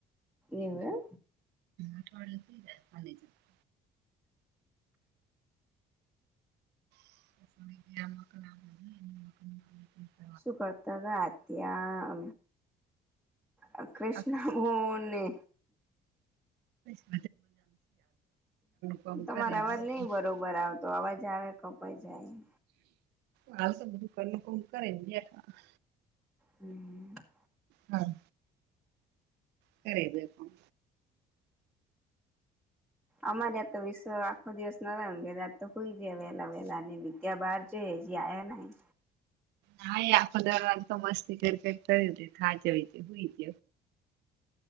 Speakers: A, in the centre; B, on the right.
A: એવુ એમ
B: અઠવાડ થઈ જાયા. <inaudible> ના.
A: શું કરતા હતા અ ત્યા અ. કૃષ્ણ
B: આખી
A: બોને.
B: અચા. <inaudible> કામ
A: તમારો
B: કરીને
A: અવાજ
B: બેઠા.
A: નઈ બરોબર આવતો અવાજ આવે કપાય છે. એઈ.
B: હાલ તો બ દુકાન ન કામ કરેને ગઠા. <inaudible>
A: હમ. <inaudible>
B: હા. કરે એ પણ.
A: અમારે આ તો વિશ્વ આખો દિવસ ના તો હોઈ જાય વેહલા વેહલા ને. ત્યા બહાર છે હેજી આયા નહી.
B: હા આખો દરવાજ તો મસ્તી કરેે કરી દ ખાજય જ